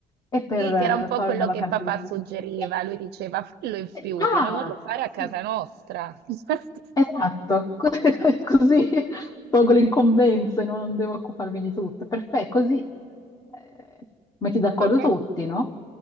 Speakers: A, on the left; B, on the right.
A: e per
B: Sì,
A: eh,
B: che era un po'
A: fare
B: quello
A: una vacanza
B: che papà
A: di...
B: suggeriva.
A: Eh,
B: Lui diceva: fallo in Friuli,
A: eh, Ah,
B: ma non lo fare a casa
A: sì.
B: nostra. <laughs>
A: Esatto, <laughs> co- così tolgo le incombenze, no? Non devo occuparmi di tutto. Perfetto, così eh, metti d'accordo
B: Potrebbe
A: tutti, no?